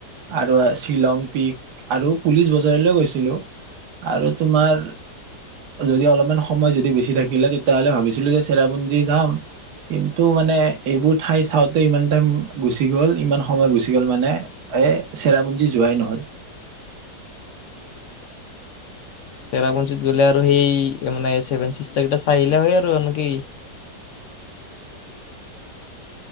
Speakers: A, on the right; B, on the left.
A: আৰু শ্বিলং পিক আৰু পুলিচ বজাৰলৈ গৈছিলোঁ আৰু তোমাৰ যদি অলপমান সময় যদি বেছি থাকিলে তেতিয়া হ'লে ভাবিছিলো যে চেৰাপুঞ্জি যাম। কিন্তু মানে এইবোৰ ঠাই চাওঁতে ইমান টাইম গুচি গ'ল, ইমান সময় গুচি গ'ল মানে এ চেৰাপুঞ্জি যোৱাই নহল।
B: চেৰাপুঞ্জীত গ'লে আৰু সেই মানে চেভেন চিছতাৰ চাই আহিলে হয় আৰু কি?